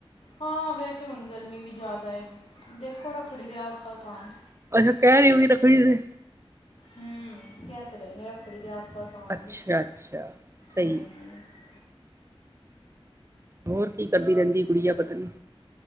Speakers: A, on the left; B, on the right.
A: ਹਾਂ, ਵੈਸੇ ਹੁਨ ਗਰਮੀ ਵੀ ਜਾਦਾ ਏ, ਦੇਖੋ ਰੱਖੜੀ ਦੇ ਆਸ-ਪਾਸ ਆਣ
B: ਅੱਛਾ ਕਿਹ ਰੀ ਹੋਗੀ ਰੱਖੜੀ ਤੇ
A: ਹਮ, ਕਿਹ ਤੇ ਰਹੇ ਨੇ ਰੱਖੜੀ ਦੇ ਆਸ-ਪਾਸ ਆਉਣਗੇ।
B: ਅੱਛਾ-ਅੱਛਾ, ਸਈ।
A: ਹੂੰ
B: ਹੋਰ ਕੀ ਕਰਦੀ ਰਹਿੰਦੀ ਕੁੜੀਆ ਪਤਾ ਨੀ